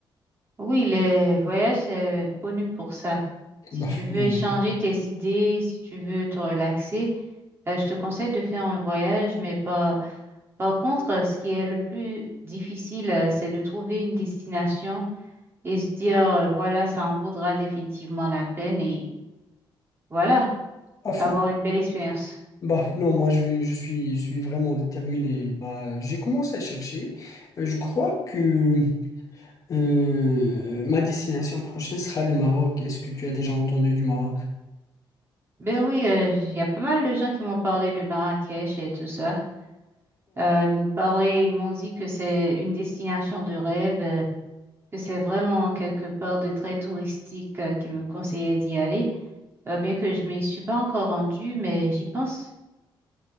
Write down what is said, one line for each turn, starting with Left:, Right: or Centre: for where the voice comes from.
Right: Oui, les voyages, c'est connu pour ça. Si
Left: Bah,
Right: tu veux
Left: bien
Right: échanger
Left: sûr.
Right: tes idées, si tu veux te relaxer, euh, je te conseille de faire un voyage, mais par, par contre, euh, ce qui est le plus difficile, euh, c'est de trouver une destination et se dire, euh, voilà, ça en vaudra définitivement la peine et voilà,
Left: Ah,
Right: avoir une belle expérience.
Left: Bah non, moi je, je suis, je suis vraiment déterminé. Bah, j'ai commencé à chercher. Euh, Je crois que euh, ma destination prochaine sera le Maroc. Est-ce que tu as déjà entendu du Maroc?
Right: Ben oui, euh, il y a pas mal de gens qui m'ont parlé de Marrakech et tout ça. Euh, ils m'ont parlé, ils m'ont dit que c'est une destination de rêve, euh, que c'est vraiment quelque part de très touristique, euh, qui me conseillait d'y aller. Euh, bien que je m'y suis pas encore rendue, mais j'y pense.